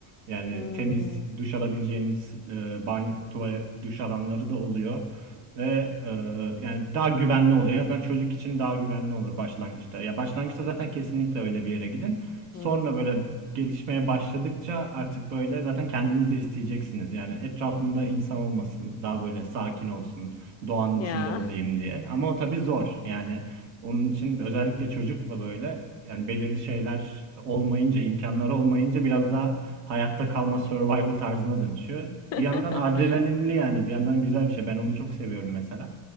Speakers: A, on the right; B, on the left.
A: Yani
B: Hmm,
A: temiz duş alabileceğiniz e, banyo, tuvalet, duş alanları da oluyor. Ve e, yani daha güvenli oluyor. En azından çocuk için daha güvenli olur başlangıçta. Ya başlangıçta zaten kesinlikle öyle bir yere gidin. Sonra
B: hmm.
A: böyle gelişmeye başladıkça artık böyle zaten kendiniz de isteyeceksiniz. Yani etrafımda insan olmasın, daha böyle sakin olsun, doğanın
B: Ya.
A: içinde olayım diye. Ama o tabii zor. Yani onun için özellikle çocukla böyle yani belirli şeyler olmayınca, imkanları olmayınca biraz daha hayatta kalma survival tarzına dönüşüyor.
B: <laughs>
A: Bir yandan adrenalinli yani bir yandan güzel bir şey. Ben onu çok seviyorum mesela.